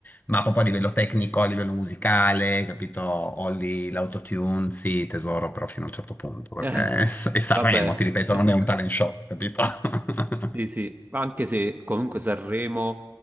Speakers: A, on the left; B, on the right.
A: Ma proprio a livello tecnico, a livello musicale, capito? Olly, l'autotune, sì, tesoro, però fino a un certo punto, perché
B: Eh, <laughs>
A: è Sanremo,
B: vabbè.
A: ti ripeto,
B: <laughs>
A: non è un talent show, capito? <laughs>
B: Sì, sì, anche se comunque Sanremo